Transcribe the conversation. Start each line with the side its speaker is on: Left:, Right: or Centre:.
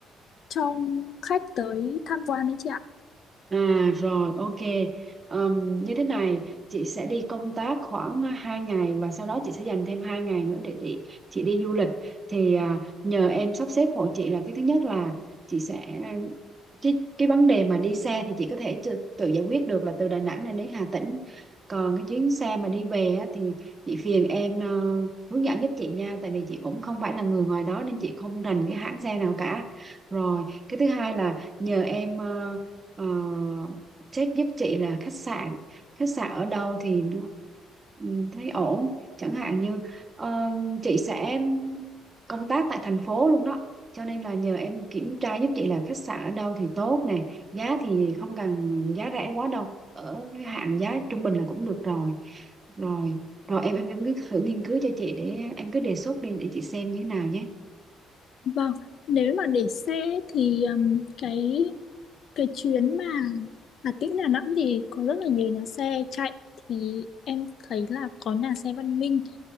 Left: cho khách tới tham quan đấy chị ạ.
Right: À rồi, ok. Ờm, như thế này, chị sẽ đi công tác khoảng à, hai ngày và sau đó chị sẽ dành thêm 2 ngày nữa để, để chị đi du lịch. Thì à, nhờ em sắp xếp hộ chị là cái thứ nhất là chị sẽ à, cái, cái vấn đề mà đi xe thì chị có thể tự, tự giải quyết được là từ Đà Nẵng này đến Hà Tĩnh. Còn cái chuyến xe mà đi về á, thì chị phiền em ờ, hướng dẫn giúp chị nha, tại vì chị cũng không phải là người ngoài đó nên chị không rành cái hãng xe nào cả. Rồi, cái thứ hai là nhờ em ờ, ờ, check giúp chị là khách sạn khách sạn ở đâu thì nó- ừ, thấy ổn chẳng hạn như ờ, chị sẽ công tác tại thành phố luôn đó cho nên là nhờ em kiểm tra giúp chị là khách sạn ở đâu thì tốt nè giá thì không cần giá rẻ quá đâu ở cái hạn giá trung bình là cũng được rồi rồi rồi em em em cứ thử nghiên cứu cho chị để em cứ đề xuất đi để chị xem như thế nào nhé
Left: Vâng, nếu mà để xe thì ừm, cái cái chuyến mà Hà Tĩnh Đà Nẵng thì có rất là nhiều nhà xe chạy thì em thấy là có nhà xe Văn Minh